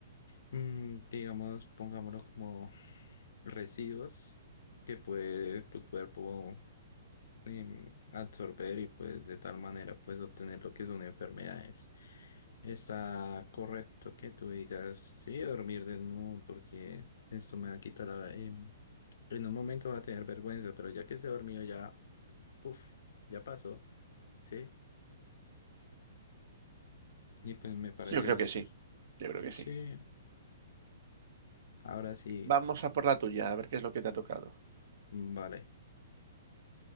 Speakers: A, on the left (about 65°); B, on the right (about 55°).
A: mm, digamos, pongámoslo como residuos que puede tu cuerpo em, absorber y pues de tal manera pues obtener lo que son enfermedades. Está correcto que tú digas, sí, dormir desnudo porque esto me va a quitar la- em, en un momento va a tener vergüenza, pero ya que se dormido ya, puff, ya pasó, ¿sí? Y pues
B: <laughs>
A: me parece,
B: Yo creo
A: es-
B: que sí, yo creo que
A: sí,
B: sí.
A: ahora sí,
B: Vamos a por la tuya, a ver qué es lo que te ha tocado.
A: vale.